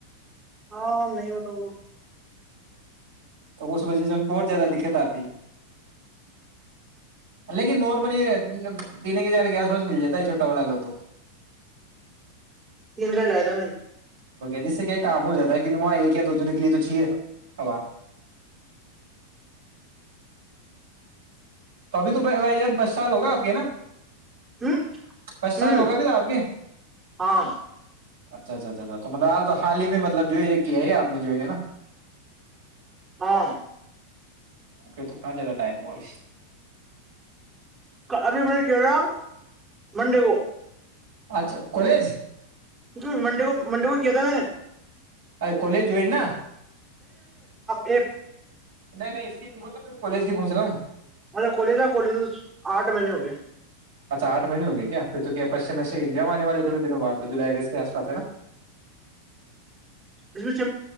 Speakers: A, on the right; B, on the right.
A: ہاں نہیں ہوتا وہ
B: تو اس وجہ سے ان کو بہت زیادہ دقت آتی ہے لیکن نارملی پینے کے جارے کے آس پاس مل جاتا ہے چھوٹا والا ل تو
A: تین کا ہی لایا تھا میں نے
B: جس سے کیا کام ہو جاتا ہے کیکہ وہاں ایک یا دو جنےوں کے لیے تو چاہیے ہا تو ابھی تو بھائی جان پچ سال ہوگا آپ کے نا
A: ہ
B: پچ سال
A: ہ
B: ہو گئے بھی تھا آپ کے
A: ہاں
B: اچھا اچھ اچھاچھا تو مطلال تو حال ہی میں مطلب جو ہے یہ کیا ہے یہ آپ نے جو ہے نا
A: ہاں
B: پ تو کاں جد ائم معس
A: ابھی میں نے کہا منڈے کو
B: اچھا کالج
A: ہ منڈے کو منڈے کو کیا تھا میں نے
B: ارے کالج ہوئی نا
A: ایکپ
B: نہیں نہیں اس کی کالج کی پہنچنا
A: مچھے کلی تھا کلی تو آٹھ مہینے ہو گئے
B: اچھا آٹھہینے ہو گئے کیا پھر تو کیا پچم میں سے جام آنے والے تھوڑے دنوں بعد ہو جلائی اگست کے آس پاس ہے نا
A: اس س